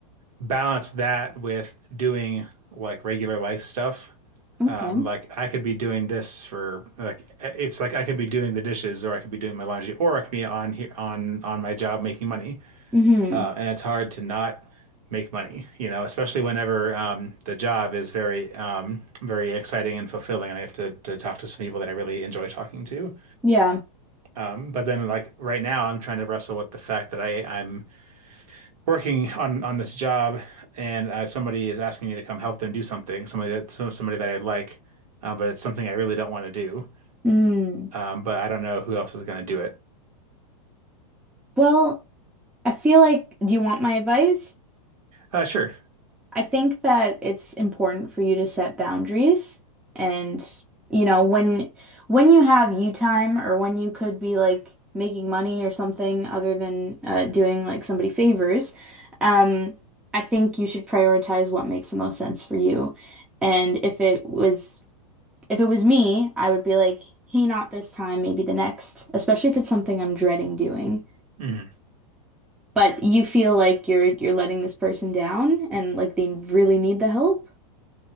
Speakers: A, on the right; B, in the centre.
A: balance that with doing like regular life stuff.
B: Okay.
A: Um, like I could be doing this for like it's like I could be doing the dishes or I could be doing my laundry or I could be on here on on my job making money.
B: Mm-hmm.
A: and it's hard to not make money, you know, especially whenever um, the job is very, um, very exciting and fulfilling, and I have to, to talk to some people that I really enjoy talking to.
B: Yeah.
A: Um, but then, like right now, I'm trying to wrestle with the fact that I I'm working on on this job, and uh, somebody is asking me to come help them do something, somebody that so, somebody that I like, uh, but it's something I really don't want to do.
B: Mm.
A: Um, but I don't know who else is going to do it.
B: Well, I feel like, do you want my advice?
A: Uh, sure.
B: I think that it's important for you to set boundaries and you know when when you have you time or when you could be like making money or something other than uh, doing like somebody favors um I think you should prioritize what makes the most sense for you and if it was if it was me I would be like hey not this time maybe the next especially if it's something I'm dreading doing
A: Mhm.
B: but you feel like you're you're letting this person down and like they really need the help